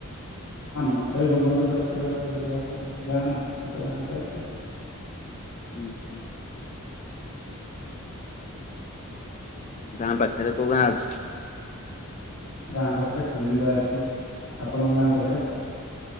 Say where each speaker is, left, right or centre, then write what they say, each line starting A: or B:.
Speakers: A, on the left; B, on the left.
A: ଆମ ଘର ଟା ଏଇ ଭୁବନ ଟୁ ଦଶ କିଲୋମିଟର ଦୂର ଗୋଟେ ଗାଁ ଛୋଟ ଗାଁ ଟେ ଅଛି।
B: ଆଛା। ଗାଁ ପାଖରେ କୋଉ ଗାଁ ଅଛି।
A: ଗାଁ ପାଖରେ କୁନିନ୍ଦା ଅଛି ଆପଣଙ୍କ ଗାଁ ପାଖରେ?